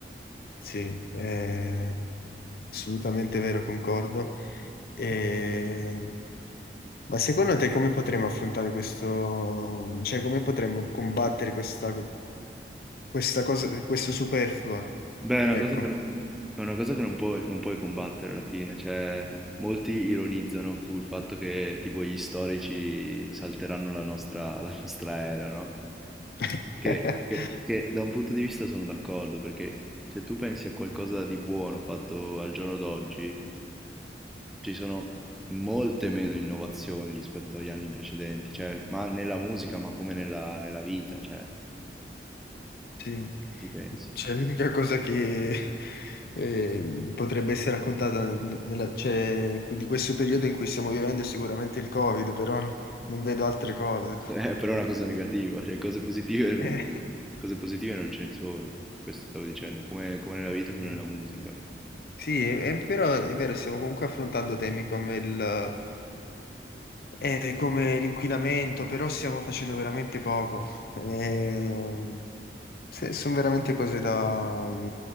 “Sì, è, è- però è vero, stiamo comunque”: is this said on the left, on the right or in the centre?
Left